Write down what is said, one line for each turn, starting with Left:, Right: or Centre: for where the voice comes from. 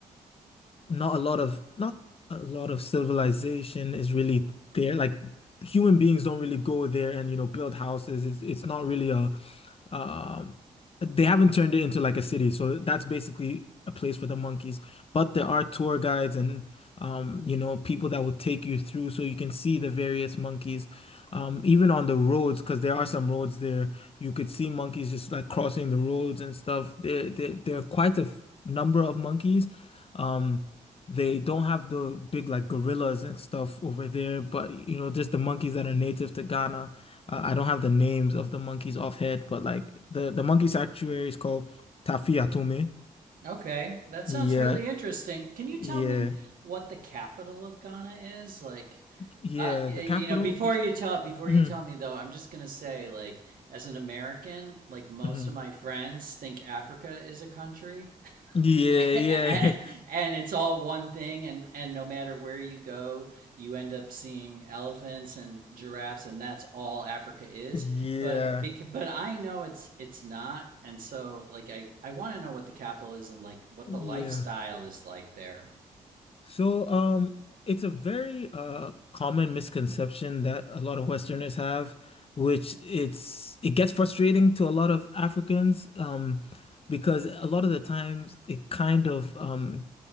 Left: not a lot of not a lot of civilization is really there. Like human beings don't really go there and you know build houses. It's it's not really a um, they haven't turned it into like a city, so that's basically a place for the monkeys. But there are tour guides and um, you know, people that will take you through so you can see the various monkeys. Um, even on the roads, because there are some roads there, you could see monkeys just like crossing the roads and stuff. There, there, there are quite a f- number of monkeys. Um, they don't have the big like gorillas and stuff over there, but you know, just the monkeys that are native to Ghana. Uh, I don't have the names of the monkeys off head, but like the the monkey sanctuary is called Tafi Atome.
Right: Okay, that sounds
Left: Yeah,
Right: really interesting. Can you
Left: yeah,
Right: tell me what the capital of Ghana is? Like,
Left: yeah.
Right: uh, y-
Left: The
Right: you
Left: capital.
Right: know, before
Left: it-
Right: you tell before
Left: mhm,
Right: you tell me though, I'm just gonna say, like, as an American, like most
Left: mhm.
Right: of my friends think Africa is a country.
Left: Yeah,
Right: <laughs>
Left: yeah,
Right: and it's all one thing and and no matter where you go you end up seeing elephants and giraffes and that's all africa is
Left: <laughs> yeah,
Right: but because but i know it's it's not and so like i i want to know what the capital is and like what the lifestyle
Left: yeah.
Right: is like there
Left: So, um, it's a very uh common misconception that a lot of Westerners have, which it's it gets frustrating to a lot of Africans, um, because a lot of the times it kind of um